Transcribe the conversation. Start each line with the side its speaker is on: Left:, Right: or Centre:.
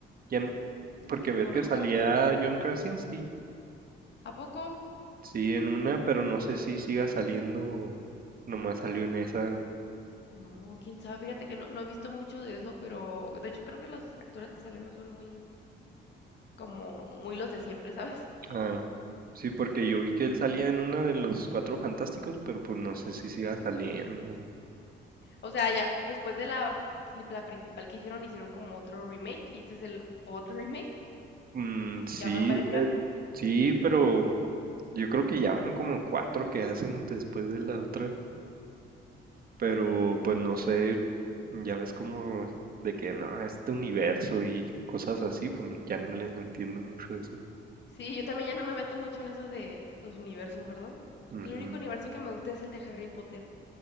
Right: ¿Quién? Porque
Left: Que
Right: ves
Left: conozcamos.
Right: que salía John Krasinski.
Left: ¿A poco?
Right: Sí, en una, pero no sé si siga saliendo o nomás salió en esa. o-
Left: No, quién sabe, fíjate que no, no he visto mucho de eso, pero de hecho creo que los actores que salen no son muy, como, muy los de siempre, ¿sabes?
Right: Ah, sí, porque yo vi que él salía en una de los Cuatro Fantásticos, pero pues no sé si siga saliendo.
Left: O sea, ya después de la, la principal que hicieron, hicieron como otro remake y este es el otro remake.
Right: Mm, sí,
Left: Ya van varias
Right: eh,
Left: que hacen.
Right: sí, pero yo creo que ya van como cuatro que hacen después de la otra. pero pues no sé, ya ves como de que no, este universo y cosas así, pues ya no les entiendo mucho eso.
Left: Sí, yo también ya no me meto mucho en esos de los universos, ¿verdad?
Right: Ujú.
Left: El único universo que me gusta es el de Harry Potter.